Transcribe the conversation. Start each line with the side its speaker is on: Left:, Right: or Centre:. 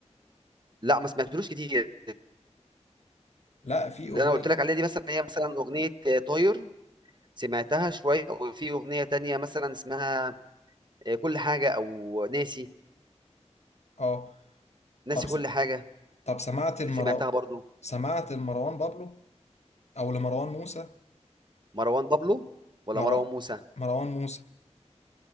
Right: لا ما سمعتلوش كتير
Left: لا في
Right: اللي
Left: أغنية
Right: انا قلت لك عليها دي مثلا هي مثلا أغنية آه، طاير سمعتها شوية وفي أغنية تانية مثلا اسمها آه، كل حاجة أو ناسي
Left: أه
Right: ناسي
Left: طب
Right: كل
Left: س...
Right: حاجة
Left: طب سمعت المرا
Right: سمعتها برضو
Left: سمعت لمروان بابلو أو لمروان موسى
Right: مروان بابلو ولا
Left: مرا...
Right: مروان موسى
Left: مروان موسى